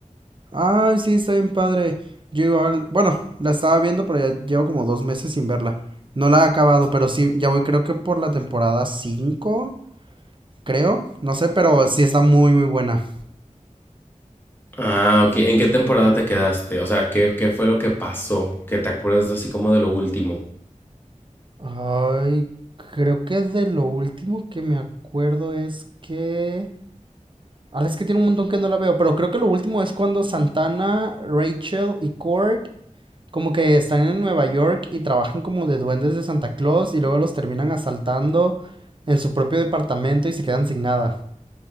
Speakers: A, on the right; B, on the left.
A: Ay, sí, está bien padre. Yo igual, bueno, la estaba viendo, pero ya llevo como dos meses sin verla. No la he acabado, pero sí, ya voy, creo que por la temporada 5, creo, no sé, pero sí está muy, muy buena.
B: Ah, ok. ¿En qué temporada te quedaste? O sea, ¿qué, qué fue lo que pasó? Que te acuerdas así como de lo último.
A: Ay, creo que de lo último que me acuerdo es que... Ah, es que tiene un montón que no la veo, pero creo que lo último es cuando Santana, Rachel y Cord como que están en Nueva York y trabajan como de duendes de Santa Claus y luego los terminan asaltando en su propio departamento y se quedan sin nada.